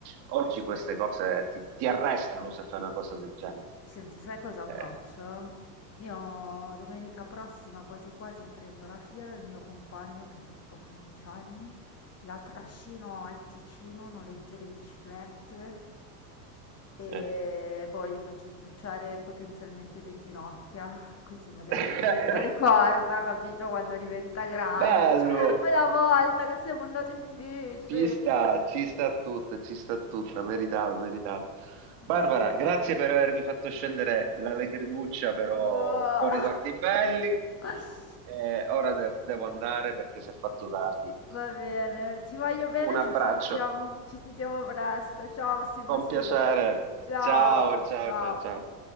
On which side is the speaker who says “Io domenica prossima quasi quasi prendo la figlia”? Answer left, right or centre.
Left